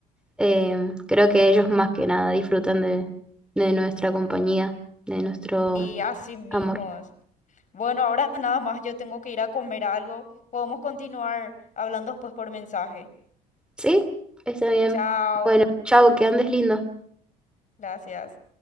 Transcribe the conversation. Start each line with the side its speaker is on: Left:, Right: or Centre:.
Centre: eh, creo que ellos más que nada disfrutan de, de nuestra compañía, de nuestro
Left: Y así mismo.
Centre: amor.
Left: es. Bueno, ahora nada más yo tengo que ir a comer algo. Podemos continuar hablando después por mensaje.
Centre: Sí, está bien.
Left: Chao.
Centre: Bueno, chao, que andes lindo.
Left: Gracias.